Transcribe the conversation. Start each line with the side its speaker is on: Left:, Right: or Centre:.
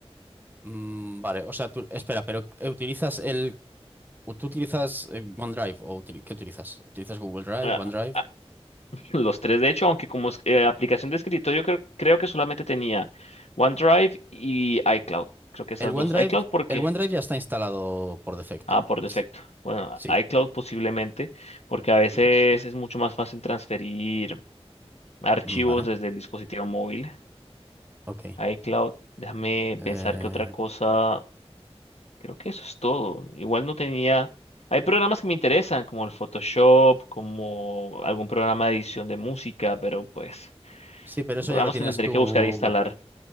Right: Mm, Vale, o sea, tú, espera, pero eh, ¿utilizas el... o ¿Tú utilizas eh, OneDrive o utili- qué utilizas? ¿Utilizas Google Drive,
Left: ah,
Right: OneDrive?
Left: ah, <laughs> los tres de hecho, aunque como es- eh, aplicación de escritorio, creo, creo que solamente tenía OneDrive y iCloud. Creo que esas
Right: El OneDrive,
Left: dos. iCloud, ¿por qué?
Right: el OneDrive ya está instalado por defecto.
Left: Ah, por defecto.
Right: Sí,
Left: Bueno,
Right: sí.
Left: iCloud posiblemente, porque a veces
Right: Mm,
Left: es mucho más fácil transferir archivos
Right: Vale,
Left: desde el dispositivo móvil.
Right: ok.
Left: iCloud, déjame
Right: Eh,
Left: pensar que otra cosa, creo que eso es todo. Igual no tenía... Hay programas que me interesan, como el Photoshop, como algún programa de edición de música, pero pues
Right: sí, pero
Left: son
Right: eso
Left: programas
Right: ya lo tienes
Left: que tendré
Right: tú.
Left: que buscar e instalar.